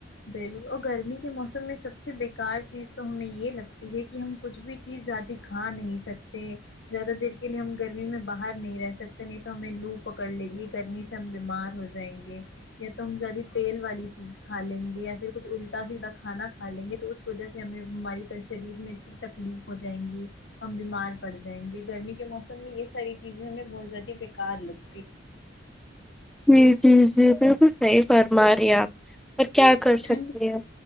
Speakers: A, on the left; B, in the centre.
A: بالکل اور گرمی کے موسم میں سب سے بیکار چیز تو ہمیں یہ لگتی ہے کہ ہم کچھ بھی چیز زیادہ کھا نہیں سکتے زیادہ دیر کے لیے ہم گرمی میں باہر نہیں رہ سکتے نہیں تو ہمیں لو پکڑ لے گی گرمی سے ہم بیمار ہو جائیں گے یا تو ہم زیادی تیل والی چیز کھا لیں گے یا پھر کچھ الٹا سیدھا کھا کا لیں گے تو اس وجہ سے ہمیں ہماری شریر میں تکلیف ہو جائیں گی ہم بیمار پڑ جائیں گے گرمی کے موسم میں یہ ساری چیزیں ہمیں بہت زیادی بیکار لگ
B: جی جی جی بالکل صحیح فرما رہی آپ اور کیا کر
A: اور ٹھنڈ
B: سکتے ہیں